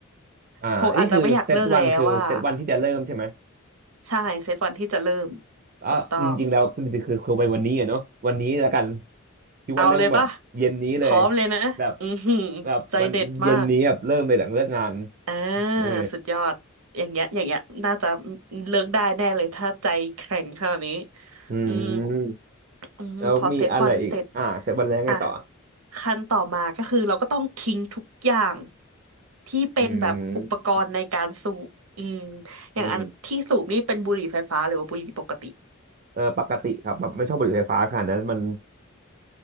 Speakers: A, on the right; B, on the right.
A: อ่านี่คือเซตวันคือเซตวันที่จะเริ่มใช่ไหม
B: คงอาจจะไม่อยากเลิกแล้วว่าใช่เซตวันที่จะเริ่ม
A: อ๋ออืมจริงแล้วคุณคือคือคือไปวันนี้อะเนาะวันนี้แล้วกัน
B: ถูกต้อง
A: คิดว่าเริ่มแบบเย็นนี้เลย
B: เอาเลยปะพร้อมเลยนะอือหือ
A: แบบแบบวันเย็นนี้แบบเริ่มเลยหลังเลิกงาน
B: ใจเด็ดมาก อ่า
A: เออ
B: สุดยอดอย่างเงี้ยอย่างเงี้ยน่าจะเลิกได้แน่เลยถ้าใจแข็งขนาดนี้
A: อืม
B: อืมอืมพอเซตวันเสร็จ
A: แล้วมีอะไรอีกอ่าเซตวันแรกไงต่อ
B: อ่ะขั้นต่อมาก็คือเราก็ต้องทิ้งทุกอย่างที่เป็นแบบอุปกรณ์ในการสูบอืม
A: อืม
B: อย่างอันที่สูบนี่เป็นบุหรี่ไฟฟ้าหรือว่าบุหรี่ปกติ
A: อืมเออปกติครับแบบไม่ชอบบุหรี่ไฟฟ้าขนาดนั้นมัน